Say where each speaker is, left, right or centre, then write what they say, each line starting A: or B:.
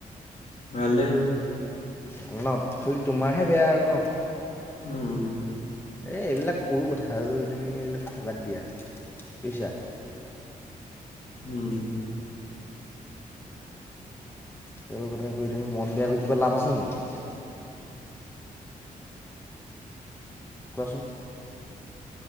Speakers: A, on the left; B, on the left.
A: ভালেই।
B: ভাল ন, খালি তোমাৰহে বেয়া আৰু ন?
A: উম।
B: এই এইবিলাক সৰু কথা আৰু তুমি এইবিলাক কথা বাদ দিয়া বুজিছা।
A: উম।
B: সেইবোৰ কথা কৈ তুমি মন বেয়া কৰি লাভ আছে নেকি। কোৱাচোন?